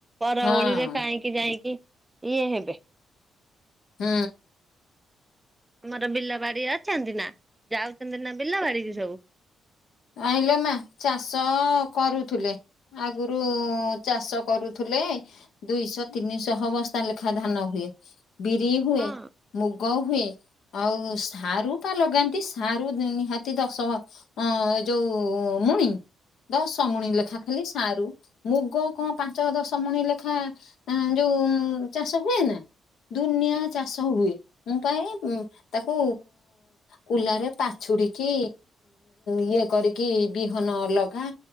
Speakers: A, on the right; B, on the left.
A: ପର
B: ହଁ
A: ଓଳିରେ କାହିଁକି ଯାଇକି ଇଏ ହେବେ।
B: ହୁଁ।
A: ଆମର ବିଲ ବାଡି ଅଛନ୍ତି ନା ଯାଉଛନ୍ତି ନା ବିଲ ବାଡି କି ସବୁ?
B: ଆଇିଲ ମା ଚାଷ କରୁଥୁଲେ। ଆଗୁରୁ ଚାଷ କରୁଥିଲେ ଦୁଇଶହ ତିନିଶହ ବସ୍ତା ଲେଖା ଧାନ ହୁଏ। ବିରି ହୁଏ,
A: ହଁ
B: ମୁଗ ହୁଏ,। ଆଉ ସାରୁ ପା ଲଗାନ୍ତି ସାରୁ ନିହାତି ଦଶ ବ ଅ ଯୋଉ ମୁଣି। ଦଶମୁଣି ଲେଖା ଖାଲି ସାରୁ ମୁଗ କଣ ପାଞ୍ଚ ଦଶମୁଣି ଲେଖା ଆଁ ଯୋଉ ଚାଷ ହୁଏ ନା ଦୁନିଆ ଚାଷ ହୁଏ। ମୁଁ ପା ଏଇ ଉଁ ତାକୁ କୁଲାରେ ପାଛୁଡିକି ଇଏ କରିକି ବିହନ ଅଲଗା